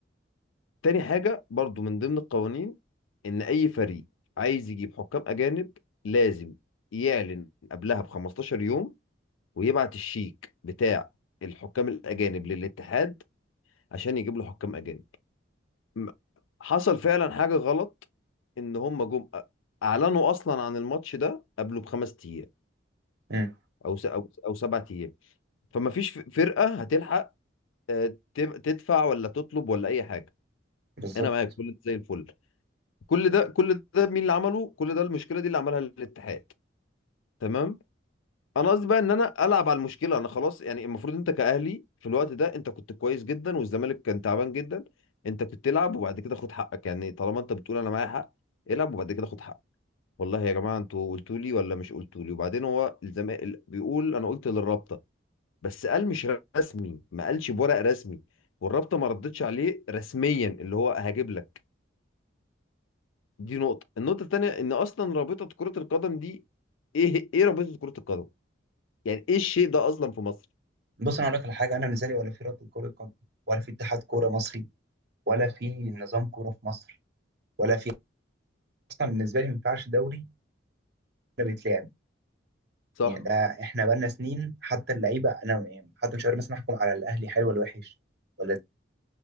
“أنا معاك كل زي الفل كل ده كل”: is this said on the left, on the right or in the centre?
Left